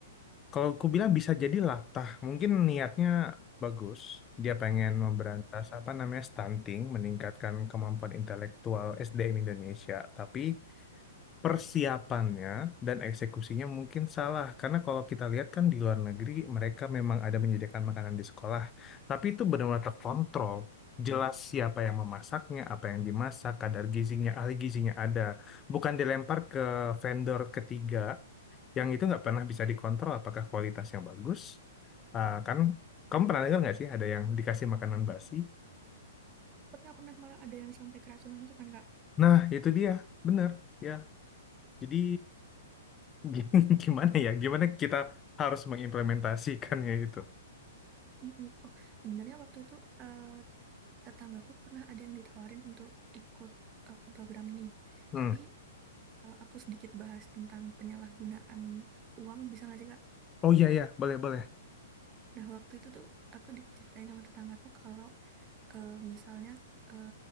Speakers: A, on the left; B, on the right.
A: kalau aku bilang bisa jadi latah. Mungkin niatnya bagus, dia pengen memberantas apa namanya stunting, meningkatkan kemampuan intelektual SDM Indonesia, tapi persiapannya dan eksekusinya mungkin salah. Karena kalau kita lihat kan di luar negeri mereka memang ada menyediakan makanan di sekolah, tapi itu benar-benar terkontrol. Jelas siapa yang memasaknya, apa yang dimasak, kadar gizinya, ahli gizinya ada. Bukan dilempar ke vendor ketiga yang itu nggak pernah bisa dikontrol apakah kualitasnya bagus. Ah, kan kamu pernah dengar nggak sih ada yang dikasih makanan basi?
B: Pernah pernah malah ada yang sampai keracunan itu kan Kak.
A: Nah, itu dia. benar Ya, jadi G- <laughs> Gimana ya? Gimana kita harus mengimplementasikannya itu?
B: Mm-mm. Oh, sebenarnya waktu itu eh, tetanggaku pernah ada yang ditawarin untuk ikut eh, program ini.
A: Hmm.
B: Tapi kalau aku sedikit bahas tentang penyalahgunaan uang bisa nggak sih Kak?
A: Oh iya ya, boleh boleh.
B: Nah, waktu itu tuh aku diceritain sama tetanggaku kalau eh, misalnya eh,